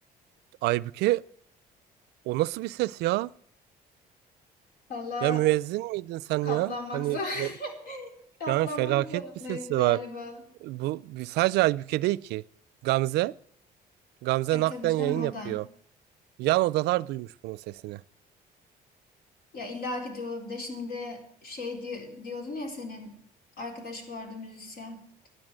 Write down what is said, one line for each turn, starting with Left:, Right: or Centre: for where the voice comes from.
Right: Aybüke O nasıl bir ses ya?
Left: Valla
Right: Ya müezzin miydin sen
Left: katlanmak
Right: ya? Hani
Left: zor.
Right: fe-
Left: <laughs> Katlanmak
Right: yani felaket
Left: zorundayız
Right: bir sesi
Left: galiba.
Right: var. Bu bir- sadece Aybüke değil ki. Gamze, Gamze
Left: E
Right: naklen
Left: tabii canım
Right: yayın
Left: o
Right: yapıyor.
Left: da.
Right: Yan odalar duymuş bunun sesini.
Left: Ya illa ki diyor bir de şimdi şey di- diyordun ya senin arkadaş vardı müzisyen.